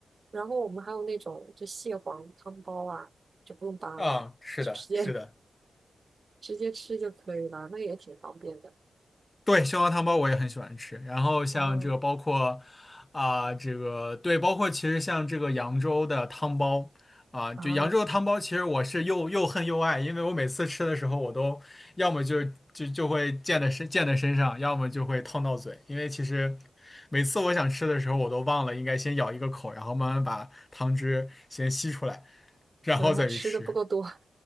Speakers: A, on the right; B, on the left.
A: 然后我们还有那种就蟹黄汤包啊，就不用扒拉，
B: 啊，是的，
A: 直接
B: 是的。
A: 直接吃就可以了，那也挺方便的。
B: 对，蟹黄汤包我也很喜欢吃。然后像这个包括
A: 啊
B: 啊、这个对，包括其实像这个扬州的汤包啊、就扬州的汤包，
A: 啊，
B: 其实我是又又恨又爱，因为我每次吃的时候，我都要么就就就会溅在身溅在身上，要么就会烫到嘴，因为其实每次我想吃的时候，我都忘了应该先咬一个口，然后慢慢把汤汁先吸出来，然后再去吃，
A: 可能还吃的不够多。